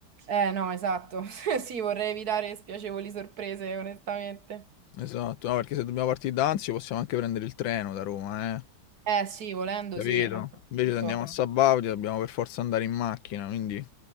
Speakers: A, on the right; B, on the left.
A: Eh no, esatto. <laughs> Sì, vorrei evitare spiacevoli sorprese, onestamente.
B: Esatto, no, perché se dobbiamo partire da Anzio possiamo anche prendere il treno da Roma, eh.
A: Eh sì, volendo,
B: Capito?
A: sì, a quel
B: Invece
A: punto.
B: se andiamo a Sabaudia dobbiamo per forza andare in macchina, quindi